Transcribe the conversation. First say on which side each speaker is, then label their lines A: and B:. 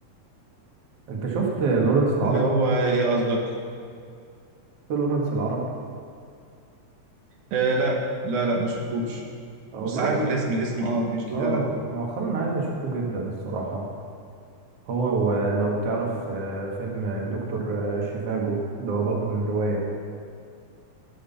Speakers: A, on the right (about 55°); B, on the right (about 85°).
A: انت شفت لورنس العرب
B: اللي هو ايه قصدك
A: في لورنس العرب
B: آه لا لا لا ما شفتوش
A: والله
B: بس عارف الاسم الاسم اه مش جديد
A: اه
B: عليا
A: مؤخرا عايز اشوفه جدا الصراحة هو هو لو تعرف آه، فيلم دكتور آه، شيفاجو اللي هو برضه من رواية